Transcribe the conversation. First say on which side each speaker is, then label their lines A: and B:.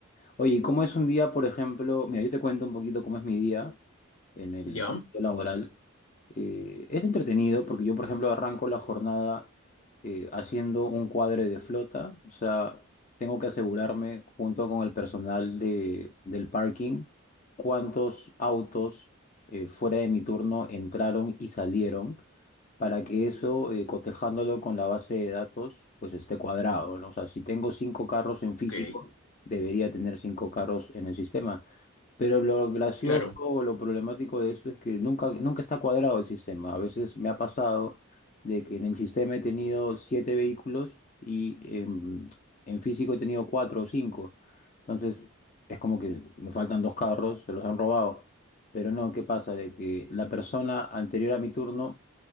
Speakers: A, on the left (about 35°); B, on the left (about 70°).
A: Oye, ¿y cómo es un día, por ejemplo? Mira, yo te cuento un poquito cómo es mi día. en el
B: Ya,
A: ámbito laboral. Eh, es entretenido porque yo, por ejemplo, arranco la jornada eh, haciendo un cuadre de flota, o sea, tengo que asegurarme junto con el personal de, del parking cuántos autos eh, fuera de mi turno entraron y salieron para que eso, eh, cotejándolo con la base de datos, pues esté cuadrado, ¿no? O sea, si tengo cinco carros en físico,
B: ok,
A: debería tener cinco carros en el sistema. Pero lo gracioso
B: claro,
A: o lo problemático de esto es que nunca, nunca está cuadrado el sistema. A veces me ha pasado de que en el sistema he tenido siete vehículos y en, en físico he tenido cuatro o cinco. Entonces es como que me faltan dos carros, se los han robado. Pero no, ¿qué pasa? De que la persona anterior a mi turno